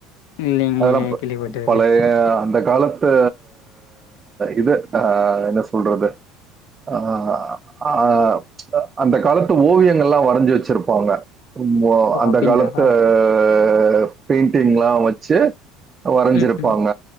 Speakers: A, on the left (about 80°); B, on the right (about 25°).
A: இல்லைங்களே
B: அதெல்லாப்
A: கேள்விப்பட்டதில்லையே.
B: பழைய அந்தக் காலத்து இது ஆஹ் என்ன சொல்றது அஹ்ஹ அஹ்ப் அந்த காலத் து ஓவியங்கள்லா வரைஞ்சி வச்சிருப்பாங்க ரொம்போ
A: ஓ!
B: அந்த
A: அப்படிங்களா?
B: காலத்து அஹ் பெயிண்டிங்ல்லா வச்சு வரஞ்சிருப்பாங்க
A: ம், ம்.